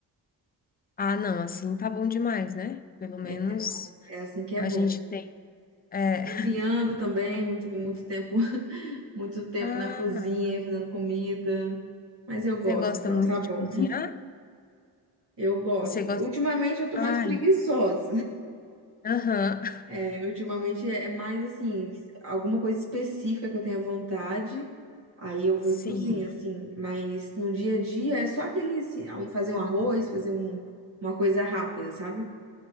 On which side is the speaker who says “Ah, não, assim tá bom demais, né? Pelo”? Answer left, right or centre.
Left